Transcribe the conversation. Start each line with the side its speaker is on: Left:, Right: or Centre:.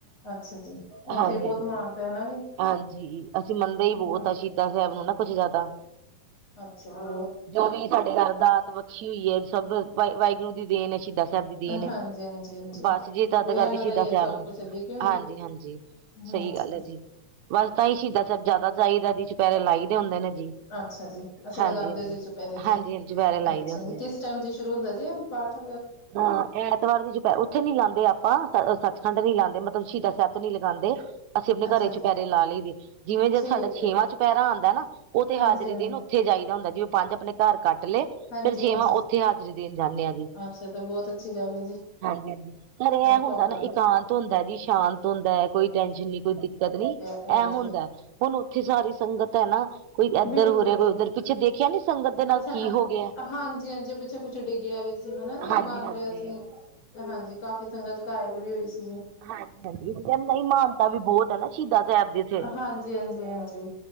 Left: ਅੱਛਾ ਜੀ ਉੱਥੇ
Right: ਹਾਂਜੀ,
Left: ਹੀ ਬਹੁਤ ਮਾਨਤਾ। ਹਨਾ ਜੀ
Right: ਹਾਂਜੀ, ਅਸੀਂ ਮੰਨਦੇ ਹੀ ਬਹੁਤ
Left: ਹਾਂ
Right: ਆ ਸ਼ਹੀਦਾ ਸਾਹਿਬ ਨੂੰ ਨਾ ਕੁਛ ਜ਼ਿਆਦਾ।
Left: ਅੱਛਾ।
Right: ਜੋ ਵੀ ਸਾਡੇ ਘਰ ਦਾਤ ਬਖਸ਼ੀ ਹੋਈ ਹੈ ਸਭ ਵਾ ਵਾਹਿਗੁਰੂ ਦੀ ਦੇਣ ਏ ਸ਼। ਸਭ ਦੀਨ ਏ।
Left: ਹਾਂਜੀ ਹਾਂਜੀ ਹਾਂਜੀ
Right: ਬਸ ਜੀ ਤਦ
Left: ਵੀ ਇਹਨਾਂ
Right: ਕਰਕੇ ਸ਼ਹੀਦਾਂ
Left: ਦਾ ਹੀ ਹੈ
Right: ਸਾਹਿਬ
Left: ਸਭ
Right: ਨੂੰ
Left: ਕੁਛ ਜੀ ਕਿਉਂ
Right: ਹਾਂਜੀ-
Left: ਜੀ
Right: ਹਾਂਜੀ।
Left: ਹਾਂਜੀ।
Right: ਸਹੀ ਗੱਲ ਹੈ ਜੀ। ਬਸ ਤਾਂ ਹੀ ਸ਼ਹੀਦਾਂ ਸਾਹਿਬ ਜਾਦਾ ਜਈਦਾ ਜੀ ਚੁਪੈਰੇ ਲਾਈ ਦੇ ਹੁੰਦੇ ਨੇ ਜੀ।
Left: ਅੱਛਾ ਜੀ। ਅੱਛਾ
Right: ਹਾਂਜੀ,
Left: ਲਗਾਉਂਦੇ
Right: ਹਾਂਜੀ।
Left: ਹੋ ਜੀ ਚੁੱਪਹਿਰੇ ਜੀ
Right: ਹਾਂਜੀ, ਹਾਂਜੀ ਚੁਪਹਿਰੇ ਲਾਈ
Left: ਅੱਛਾ
Right: ਦੇ ਹੁੰਦੇ
Left: ਕਿਸ
Right: ਆ।
Left: ਟਾਈਮ ਸ਼ੁਰੂ ਹੁੰਦਾ ਜੀ ਪਾਠ।
Right: ਹਾਂ ਐਤਵਾਰ ਦੀ ਚੈ ਉੱਥੇ ਨੀ ਲਾਉਂਦੇ ਆਪਾਂ ਸੱਚਖੰਡ ਵੀ ਲਾਉਂਦੇ ਮਤਲਬ ਸ਼ਹੀਦਾਂ ਸਾਹਿਬ ਨੀ ਲਗਾਉਂਦੇ। ਅਸੀਂ ਆਪਣੇ
Left: ਅੱਛਾ
Right: ਘਰੇ ਚੁਪੈਰੇ
Left: ਜੀ
Right: ਲਾ ਲਈ ਦੇ ਜਿਵੇਂ ਜਦੋਂ
Left: ਠੀਕ
Right: ਸਾਡਾ
Left: ਹੈ
Right: ਛੇਵਾਂ
Left: ਜੀ
Right: ਚ ਪੈਰਾ ਆਉਂਦਾ ਨਾ ਉਹ ਤੇ
Left: ਹਾਂਜੀ
Right: ਹਾਜ਼ਰੀ
Left: ਹਾਂਜੀ
Right: ਦੇਨ। ਚਾਹੀਦਾ ਹੁੰਦਾ ਜੀ ਉਹ ਪੰਜ ਆਪਣੇ ਘਰ ਕੱਟ ਲਏ
Left: ਹਾਂਜੀ
Right: ਫੇਰ ਛੇਵਾ
Left: ਹਾਂਜੀ
Right: ਉੱਥੇ ਹਾਜ਼ਰੀ ਦੇਣ ਜਾਂਦੇ ਆਂ ਜੀ।
Left: ਅੱਛਾ ਤੇ ਬਹੁਤ ਅੱਛੀ ਗੱਲ ਏ ਜੀ।
Right: ਹਾਂਜੀ-ਹਾਂਜੀ ਘਰੇ ਐ ਹੁੰਦਾ
Left: ਭਾਗਾ
Right: ਨਾ ਇਕਾਂਤ ਹੁੰਦਾ ਜੀ ਸ਼ਾਂਤ ਹੁੰਦਾ ਹੈ ਕੋਈ ਟੈਸ਼ਨ ਨੀ ਕੋਈ ਦਿੱਕਤ ਨੀ।
Left: ਹਾਂ
Right: ਇਹ
Left: ਜੀ।
Right: ਹੁੰਦਾ ਹੁਣ ਉੱਥੇ ਸਾਰੀ ਸੰਗਤ ਹੈ ਨਾ ਕੋਈ ਇੱਧਰ
Left: ਬਿਲਕੁਲ
Right: ਹੋ ਰਿਹਾ ਕੋਈ।
Left: ਜੀ
Right: ਉੱਧਰ ਪਿੱਛੇ ਦੇਖਿਆ ਨੀ ਸੰਗਤ ਦੇ ਨਾਲ
Left: ਅੱਛਾ
Right: ਕੀ
Left: ਅ
Right: ਹੋ ਗਿਆ
Left: ਹਾਂਜੀ-ਹਾਂਜੀ ਪਿੱਛੇ ਕੁਛ ਡਿੱਗਿਆ ਵੀ ਸੀ ਹਨਾ ਜੀ ਉਹ
Right: ਹਾਂਜੀ
Left: ਬਣ
Right: ਹਾਂਜੀ
Left: ਰਿਹਾ ਸੀ। ਤੇ ਹਾਂਜੀ ਕਾਫ਼ੀ ਸੰਗਤ ਘਾਇਲ ਵੀ ਹੋਈ ਸੀ ਗੀ।
Right: ਹਾਂਜੀ-ਹਾਂਜੀ ਕਹਿੰਦਾ ਸੀ ਮਾਨਤਾ ਵੀ ਬਹੁਤ ਹੈ ਨਾ ਸ਼ਹੀਦਾ ਸਾਹਿਬ ਦੇ ਉੱਥੇ।
Left: ਹਾਂਜੀ-ਹਾਂਜੀ-ਹਾਂਜੀ।